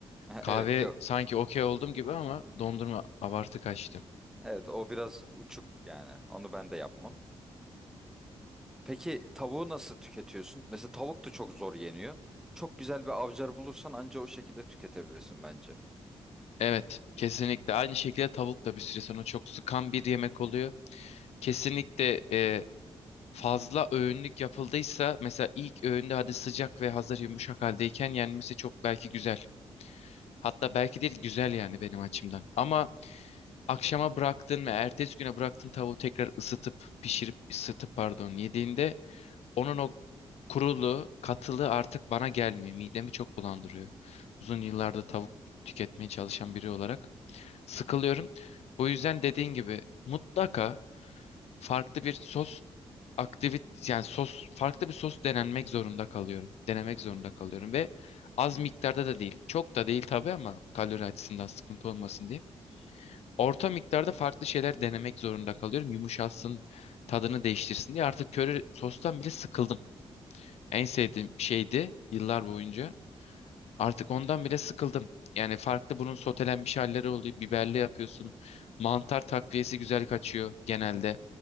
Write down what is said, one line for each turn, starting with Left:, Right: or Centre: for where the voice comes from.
Centre: <laughs>
Left: Kahve
Centre: Evet yok.
Left: sanki okey oldum gibi ama dondurma abartı kaçtı.
Centre: Evet o biraz uçuk yani. Onu ben de yapmam. Peki tavuğu nasıl tüketiyorsun? Mesela tavuk da çok zor yeniyor. Çok güzel bir avcar bulursan anca o şekilde tüketebilirsin bence.
Left: Evet, kesinlikle. Aynı şekilde tavuk da bir süre sonra çok sıkan bir yemek oluyor. Kesinlikle e, fazla öğünlük yapıldıysa, mesela ilk öğünde hadi sıcak ve hazır yumuşak haldeyken yenmesi çok belki güzel. Hatta belki değil güzel yani benim açımdan. Ama akşama bıraktın ve ertesi güne bıraktın tavuğu tekrar ısıtıp, pişirip, ısıtıp pardon yediğinde onun o kurulu katılı artık bana gelmiyor. Midemi çok bulandırıyor. Uzun yıllarda tavuk tüketmeye çalışan biri olarak sıkılıyorum. Bu yüzden dediğin gibi mutlaka farklı bir sos aktivit yani sos farklı bir sos denenmek zorunda kalıyorum. Denemek zorunda kalıyorum ve az miktarda da değil. Çok da değil tabii ama kalori açısından sıkıntı olmasın diye. Orta miktarda farklı şeyler denemek zorunda kalıyorum. Yumuşatsın, tadını değiştirsin diye. Artık köri sostan bile sıkıldım. En sevdiğim şeydi yıllar boyunca. Artık ondan bile sıkıldım. Yani farklı bunun sotelenmiş halleri oluyor. Biberli yapıyorsun. Mantar takviyesi güzel kaçıyor genelde.